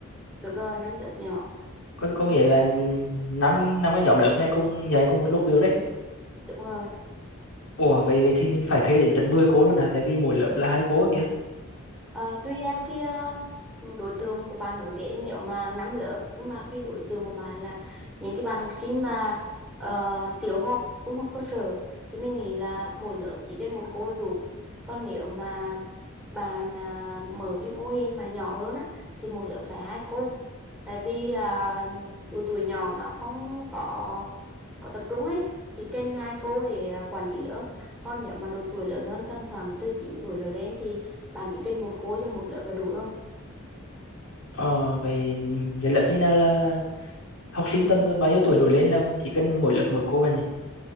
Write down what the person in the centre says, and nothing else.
được rồi năm lớp nhỏ
đúng rồi
Ờ, tùy theo cái ờ, đối tượng của bạn hướng đến nếu mà năm lớp nhưng mà cái đối tượng của bạn là những cái bạn học sinh mà ờ, tiểu học trung học cơ sở thì mình nghĩ là mỗi lớp chỉ cần một cô là đủ còn nếu mà bạn ờ, mở cái mô hình mà nhỏ hơn á thì một lớp phải hai cô tại vì ờ, độ tuổi nhỏ nó không có có tập trung ấy thì cần hai cô để ờ, quản lý lớp còn nếu mà độ tuổi lớn hơn tầm khoảng từ 9 tuổi trở lên thì bạn chỉ cần một cô cho một lớp là đủ rồi